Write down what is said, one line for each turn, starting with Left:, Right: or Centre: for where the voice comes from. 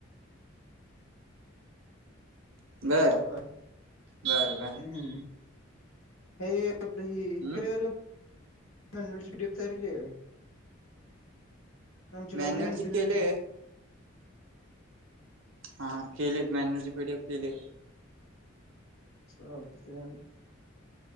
Right: बर
Left: हो का
Right: बर बर
Left: हम्म हे र
Right: हम्म
Left: केलेर मन वडओप तयार के आहे आमची राजून
Right: मॅन्युअलची
Left: मेंद न
Right: केले हा केली मॅन्युअल ची पीढप केली
Left: चातेन